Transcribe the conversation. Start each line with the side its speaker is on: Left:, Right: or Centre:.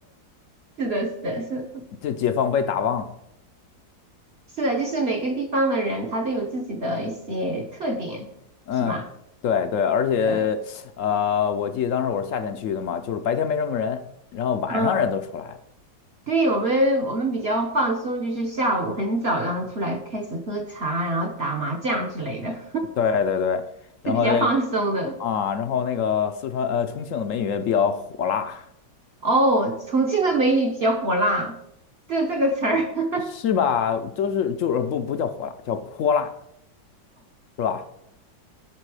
Right: 是的，是的，是
Left: 这解放碑打望。
Right: 是的，就是每个地方的人他都有自己的一些特点，
Left: 嗯，
Right: 是吧？
Left: 对对，而且呃，
Right: 呃，
Left: 我记得当时我是夏天去的嘛，就是白天没什么人，然后晚上人都出来了。
Right: 嗯，对，我们我们比较放松，就是下午很早，然后出来开始喝茶，然后打麻将之类的，
Left: 对对对，
Right: <laughs>
Left: 然后这个
Right: 是比较放松的。
Left: 啊，然后那个四川呃重庆的美女也比较火辣。
Right: 哦，重庆的美女比较火辣，这这个词儿。<laughs>
Left: 是吧？就是就是不不叫火辣，叫泼辣，是吧？